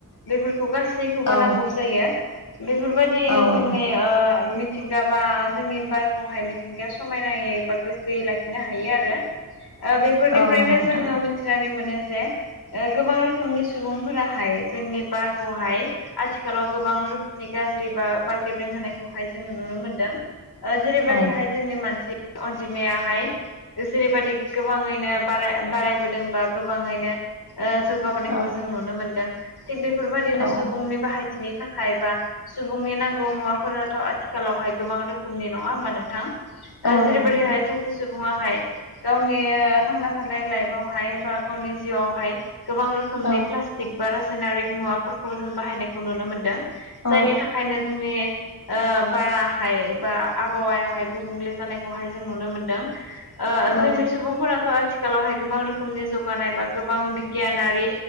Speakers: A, on the left; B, on the left.
A: बेफोरखौ गासै खौबो
B: औ
A: नांगौ जायो बेफोरबायदियैनो
B: औ
A: जोंनि
B: औ
A: ओ मिथिंगाबा जोंनि बारखौहाय मिथिंगा स जायो एबा गोग्गोयै लाखिनो हायो आरो ओ बेफोरनिफ्रायनो
B: औ नंगौ नोंथां
A: जोङो थिनानै मोनो जे ओ गोबां रोखोमनि सुबुंफोराहाय जोंनि बारखौहाय आथिखालाव गोबां रोखोमनि गाज्रि <unintelligible> बार गेब्रं होनायखौहाय जोङो नुनो मोनदों ओ जेरैबायदिहाय
B: औ
A: जोंनि जि अनजिमायाहाय जेरैबायदि गोबाङैनो बाराय बारायबोदोंबा गोबाङैनो ओ जौगाबोनायखौ
B: औ
A: जों नुनो मोनदों थिग बेफोरबायदिनो
B: औ
A: सुबुंनि बाहायथिनि थाखाय बा सुबुंनि नांगौ मुवाफोराथ' आथिखालावहाय गोबां रोखोमनि नङा होमबा नोंथां।
B: औ
A: ओ जेरैबोरैहाय
B: नंगौ नोंथां
A: सासे सुबुङाहाय गावनि थांना थानाय लाइफआवहाय बा गावनि जिउआवहाय गोबां रो खोमनि
B: औ
A: प्लास्टिक बा रासायनारिक मुवाफोरखौ जों बाहायनायखौ नुनो मोनदों
B: औ
A: जायनि थाखायनो जोंनि ओ बाराहाय बा आबहावायाहाय गुबुंले जानायखौहाय जों नुनो मोनदों ओ
B: औ
A: जोंनि सुबुंफोराथ' थिखालावहाय गोबां रोखोमनि जौगानाय बा गोबां बिगियानारि